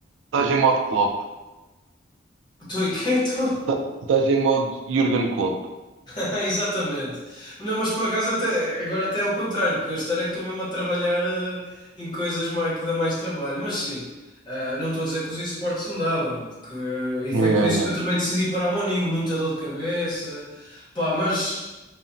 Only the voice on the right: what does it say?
estás em modo Klopp,
estás estás em modo Jürgen Klopp.
Yeah,
yeah.